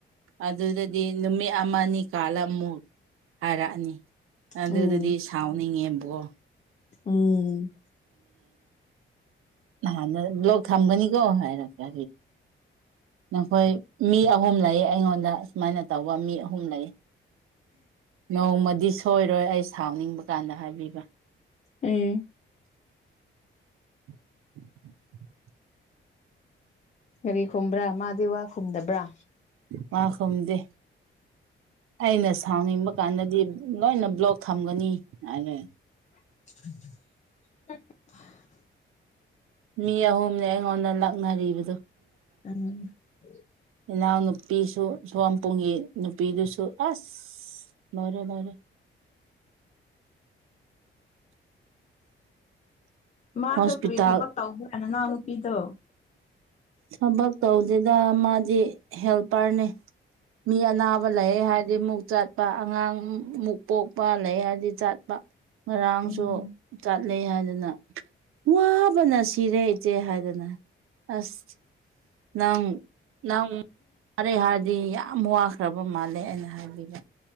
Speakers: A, on the right (about 85°); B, on the left (about 35°).
A: ꯑꯗꯨꯗꯗꯤ ꯅꯨꯃꯤꯠ ꯑꯃꯅꯤ ꯑꯅꯤ ꯀꯥꯜꯂ ꯑꯃꯨꯛ ꯍꯥꯏꯔꯛꯑꯅꯤ ꯑꯗꯨꯗꯗꯤ
B: ꯎꯝ
A: ꯁꯥꯎꯅꯤꯡꯉꯦꯕ ꯑꯣ
B: ꯎꯝ
A: ꯅꯍꯥꯟꯅ ꯂꯣꯛ ꯊꯝꯒꯅꯤꯀꯣ ꯍꯥꯏꯔꯒ ꯅꯈꯣꯏ ꯃꯤ ꯑꯍꯨꯝ ꯂꯩꯌꯦ ꯑꯩꯉꯣꯟꯗ ꯁꯨꯃꯥꯏꯅ ꯇꯧꯕ ꯃꯤ ꯑꯍꯨꯝ ꯂꯩ ꯅꯣꯡꯃꯗꯤ ꯁꯣꯏꯔꯣꯏ ꯑꯩ ꯁꯥꯎꯅꯤꯡꯕ ꯀꯥꯟꯗ ꯍꯥꯏꯕꯤꯕ
B: ꯎꯝ
A: ꯎ
B: ꯀꯔꯤ ꯈꯨꯕ꯭ꯔꯥ ꯃꯥꯗꯤ ꯋꯥ ꯈꯨꯝꯗꯕ꯭ꯔꯥ
A: ꯃꯥ ꯈꯨꯝꯗꯦ ꯑꯩꯅ ꯁꯥꯎꯅꯤꯡꯕ ꯀꯥꯟꯗꯗꯤ ꯂꯣꯏꯅ ꯕ꯭ꯂꯣꯛ ꯊꯝꯒꯅꯤ ꯍꯥꯏꯔ
B: <inaudible>
A: ꯃꯤ ꯑꯍꯨꯝꯅꯦ ꯑꯩꯉꯣꯟꯗ ꯂꯥꯛꯅꯔꯤꯕꯗꯨ
B: ꯎ
A: ꯏꯅꯥꯎ ꯅꯨꯄꯤꯁꯨ ꯁꯣꯋꯥꯝ ꯄꯨꯡꯒꯤ ꯅꯨꯄꯤꯗꯨꯁꯨ ꯑꯁ ꯑꯁ ꯂꯣꯏꯔꯦ ꯂꯣꯏꯔꯦ
B: <inaudible> ꯃꯥꯗꯣ
A: ꯍꯣꯁꯄꯤꯇꯥꯜ
B: ꯀꯔꯤ ꯊꯕꯛ ꯇꯧꯗ꯭ꯔꯥ ꯅꯅꯥꯎ ꯅꯨꯄꯤꯗꯣ
A: ꯊꯕꯛ ꯇꯧꯗꯨꯗ ꯃꯥꯗꯤ ꯍꯦꯜꯄꯔꯅꯦ ꯃꯤ ꯑꯅꯥꯕ ꯂꯩꯑꯦ ꯍꯥꯏꯔꯗꯤ ꯑꯃꯨꯛ ꯆꯠꯄ ꯑꯉꯥꯡ ꯃꯨꯛ ꯄꯣꯛꯄ ꯂꯩꯔꯗꯤ ꯆꯠꯄ ꯉꯔꯥꯡꯁꯨ
B: ꯎꯝ
A: ꯆ ꯆꯠ ꯂꯩ ꯍꯥꯏꯗꯅ ꯋꯥꯕꯅ ꯁꯤꯔꯦ ꯏꯆꯦ ꯍꯥꯏꯗꯅ ꯑꯁ ꯂꯪ ꯂꯪ ꯃꯔꯦ ꯍꯥꯏꯔ ꯗꯤ ꯌꯥꯝ ꯋꯥꯈ꯭ꯔꯕ ꯃꯥꯜꯂꯦ ꯑꯩꯅ ꯍꯥꯏꯕꯤꯕ